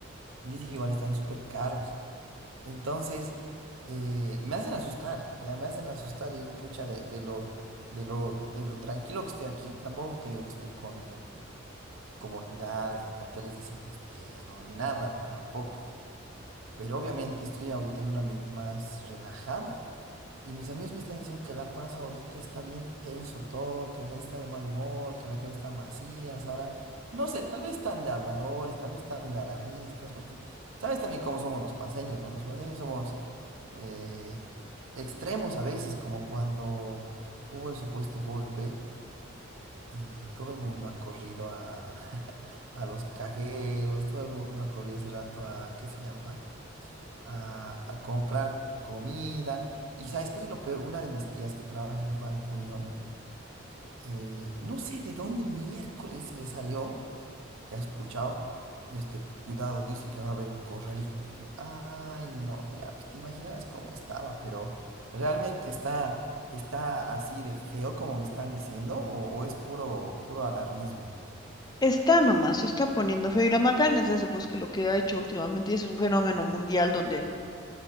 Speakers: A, on the right; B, on the left.
A: Dicen que igual están súper caros. Entonces, eh, me hacen asustar, ya me hacen asustar y digo, pucha, de, de lo, de lo, de lo tranquilo que estoy aquí, tampoco te digo que estoy con comodidades, ni en hoteles de cinco estrellas, no, ni nada, no, tampoco. Pero obviamente estoy ahorita en un ambiente más relajado. Y mis amigos me están diciendo que La Paz ahorita está bien tenso todo, que la gente está de mal humor, que las calles están vacías. Ahora, no sé, tal vez están de habladores, tal vez están de alarmistas, porque sabes también cómo somos los paseños, ¿no? Los paseños somos eh, extremos a veces, como cuando hubo el supuesto golpe y todo el mundo ha corrido a, <laughs> a los cajeros, todo el mundo ha corrido ese rato a, ¿qué se llama? A, a comprar comida. Y sabes qué es lo peor, una de mis tías que trabaja en el Banco Unión, eh, no sé de dónde miércoles se le salió que ha escuchado, este, cuidado, dice que va a haber corralito. Y yo, ay, no, ya, pues te imaginas cómo estaba, pero ¿realmente está, está así de feo como me están diciendo o, o es puro, puro alarmismo?
B: Está nomás, se está poniendo feo. Y la macana es eso, pues que lo que ha hecho últimamente es un fenómeno mundial donde